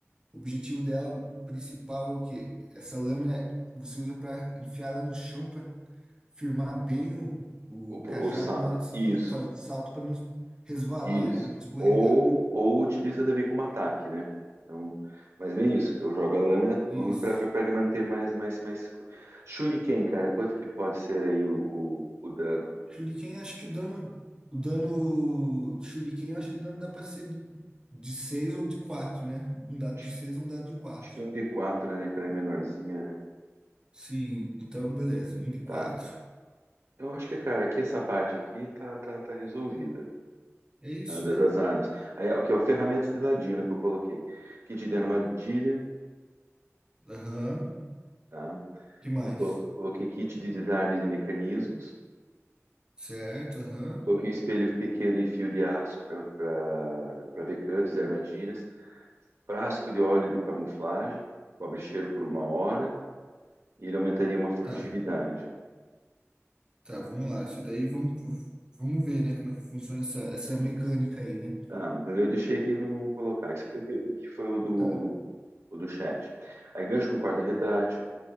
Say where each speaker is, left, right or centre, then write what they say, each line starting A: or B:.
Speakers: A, on the right (about 15°); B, on the right (about 65°).
A: O objetivo dela principal é o quê? Essa lâmina você usa para enfiar ela no chão para firmar bem o,
B: O,
A: o cajado
B: o, sa-
A: na hora de se
B: isso,
A: fa- fa- salto para não resvalar,
B: Isso.
A: né? Não escorregar.
B: Ou, ou utiliza também como ataque, né? Então, mas bem isso. Eu jogo a lâmina
A: Isso.
B: para ele manter mais, mais, mais. Shuriken, cara, quanto que pode ser aí o, o, o dano?
A: Shuriken, acho que o dano, o dano Shuriken, eu acho que o dano dá para ser de 6 ou de quatro né? Um dado
B: Acho,
A: de 6 ou um dado de quatro
B: acho que um d quatro né? Aquela é menorzinha, né?
A: Sim, então beleza, um de quatro
B: Tá. Eu acho que, cara, aqui essa parte aqui tá, tá, tá resolvida.
A: É isso,
B: tá? Da-
A: né?
B: Das armas. Aí, o que é ferramentas de ladino que eu coloquei. Kit de armadilha,
A: Aham.
B: tá?
A: Que mais?
B: Eu co- coloquei kit de desarmes e mecanismos.
A: Certo, aham.
B: Coloquei um espelho pequeno e fio de aço para ver cantos e armadilhas. Frasco de óleo de camuflagem, cobre cheiro por uma hora e ele aumentaria uma frutividade.
A: Tá. Tá,
B: Tá,
A: vamos lá. Isso daí vamos, vamos ver, né, como é que funciona essa, essa mecânica aí, né?
B: Tá, eu deixei aqui, vamos colocar. Isso aqui é o que, o que foi o do,
A: Tá.
B: o do chat. Aí gancho com corda retrátil,